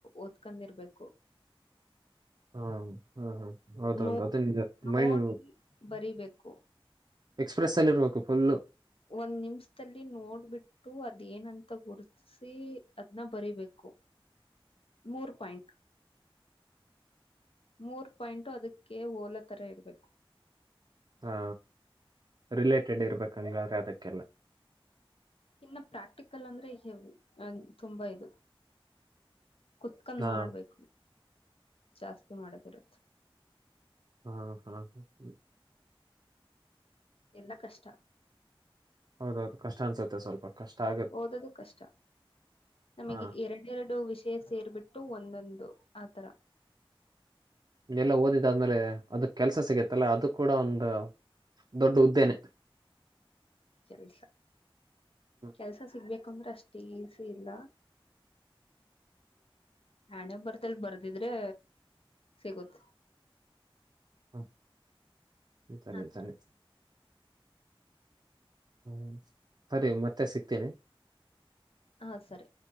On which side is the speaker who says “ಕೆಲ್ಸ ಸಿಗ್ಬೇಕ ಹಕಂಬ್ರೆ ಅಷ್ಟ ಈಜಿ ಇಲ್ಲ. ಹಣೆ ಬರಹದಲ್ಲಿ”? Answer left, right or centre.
Left